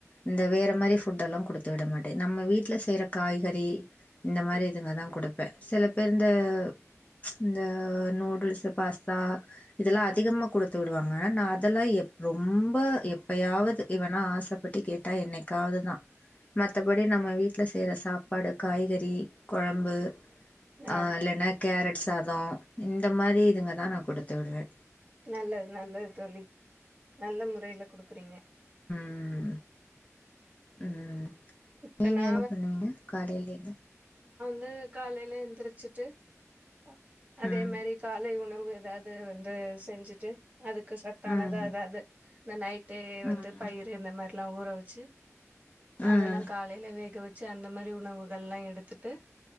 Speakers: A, on the left (about 25°); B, on the right (about 30°).
A: இந்த வேற மாரி ஃபுட் எல்லா குடுத்து விடமாட்ட நம்ம வீட்ல செய்ற காய்கறி இந்த மாரி
B: ம்
A: இதுங்கதா குடுப்ப சிலப் பிறந்த ச்ச இந்த நூடுல்ஸ் இந்த பாஸ்தா இதெல்லா அதிகமா குடுத்து விடுவாங்க நா அதெல்லா எப் ரொம்ப எப்பயாவது இவனா ஆச பட்டு கேட்டா என்னைகாவதுதா மத்தபடி நம்ம வீட்ல செய்ற சாப்பாடு காய்கறி கொழம்பு
B: ஆ
A: எ இல்லனா கேரட் சாதோ இந்த மாரி இதுங்கதா நா குடுத்துவிடுவே
B: நல்லது நல்லது தோழி நல்ல முறைல குடுக்கறீங்க
A: ம் ம்
B: இப்ப
A: நீங்க
B: நா
A: என்ன பண்ணுவீங்க காலைலயிந்து
B: து காலைல எந்திருச்சுட்டு ஹ அதே
A: ம்
B: மாரி காலை உணவு அது வந்து செஞ்சுட்டு அதுக்கு சத்தானதா
A: ம்
B: எதாது இந்த நைட் டு
A: ம்
B: வந்து பயிர் இந்த மாரி எல்லா ஊற வெச்சு
A: ம்
B: அதெல்லா காலைல வேக வெ ச்சு அந்த மாரி உணவுகள் எல்லா எடுத்துட்டு